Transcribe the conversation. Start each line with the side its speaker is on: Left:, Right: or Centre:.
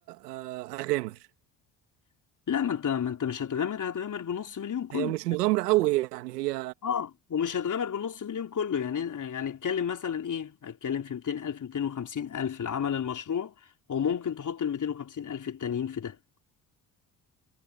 Right: آه، أغامر
Left: لا ما انت ما انت مش هتغامر هتغامر بنص مليون كله
Right: هي مش مغامرة قوي يعني هي
Left: اه ومش هتغامر بالنص مليون كله يعني يعني اتكلم مثلا ايه اتكلم في 200 الف 250 الف العمل المشروع وممكن تحط ال 250 الف التانيين في ده